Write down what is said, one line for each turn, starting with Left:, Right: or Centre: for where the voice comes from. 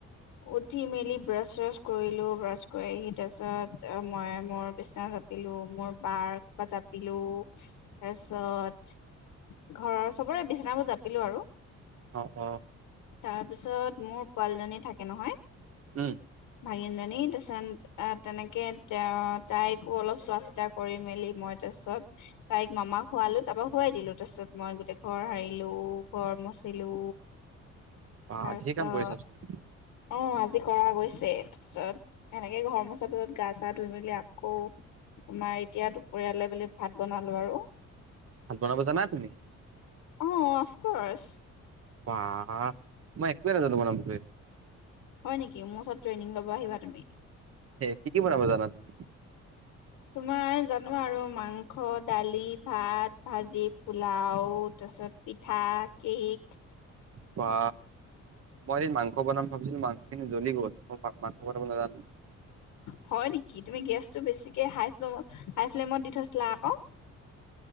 Left: উঠি মেলি ব্ৰাছ চ্ৰাছ কৰিলো ব্ৰাছ কৰি আহি তাৰ পিছত মই মোৰ বিছনা জাপিলো মোৰ পাৰ্ক বা জাপিলো তাৰপিছত ঘৰৰ চবৰে বিছনাবোৰ জাপিলো আৰু
Right: অ অ
Left: তাৰ পিছত মোৰ পোৱালীজনী থাকে নহয়
Right: উম
Left: ভাগিন জনী তাৰপিছত আহ তেনেকে এ তাইকো অলপ চোৱা চিতা কৰি মেলি মই তাৰপিছত তাইক মামাক খোৱালো তাৰপৰা শোৱাই দিলো তাৰ পিছত মই গোটেই ঘৰ হাৰিলো ঘৰ মচিলো
Right: বা
Left: তাৰপিছত
Right: ঢেৰ কাম কৰিছাচোন
Left: অ আজি কৰা গৈছে তাৰপিছত সেনেকেই ঘৰ মোচা পিছত গা চা ধুই মেলি আকৌ তোমাৰ এতিয়া দুপৰিয়ালে বুলি ভাত বনালো আৰু অহ
Right: ভাত বনাব জানা তুমি
Left: অফকৰ্চ
Right: বা মই একোৱে নাজানো বনাবলৈ
Left: হয় নেকি মোৰ ওচৰত ট্ৰেইনিং লব আহিবা তুমি
Right: কি কি বনাব জানা তুমি
Left: তোমাৰ জানো আৰু মাংস দালি ভাত ভাজি পোলাও তাৰপিছত পিঠা কেক
Right: বা মই এদিন মাংস বনাম ভাবিছিলো মাংসখিনি জ্বলি গ'ল মই মাংস বনাব নাজানো
Left: হয় নেকি তুমি গেছটো বেছিকে হাই ফ্লমত হাই ফ্লেমত দি থৈছিলা আক